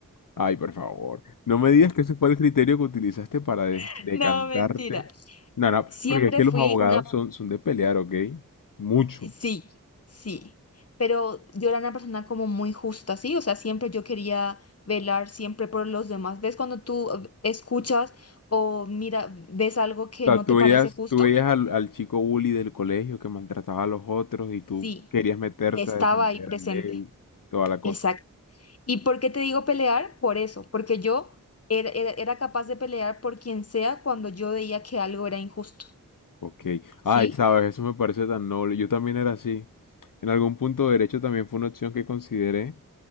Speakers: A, on the left (about 75°); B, on the left (about 45°).
A: Ay, por favor. No me digas que ese fue el criterio que utilizaste para de-
B: <laughs>
A: decantarte.
B: No, mentira.
A: No, no,
B: Siempre
A: porque es que
B: fui
A: los abogados
B: una
A: son, son de pelear, ¿ok? Mucho.
B: Sí,
A: O
B: sí, pero yo era una persona como muy justa, ¿sí? O sea, siempre yo quería velar siempre por los demás. ¿Ves cuando tú eh, escuchas o mira, ves algo que
A: sea,
B: no
A: tú
B: te
A: veías,
B: parece justo?
A: tú veías al, al chico bully del colegio que maltrataba a los otros y tú
B: Sí,
A: querías meterte
B: estaba
A: a defender
B: ahí presente.
A: al débil, toda la cosa.
B: Exacto. ¿Y por qué te digo pelear? Por eso, porque yo era, era, era capaz de pelear por quien sea cuando yo veía que algo era injusto,
A: Ok. Ay,
B: ¿sí?
A: sabes, eso me parece tan noble. Yo también era así. En algún punto derecho también fue una opción que consideré,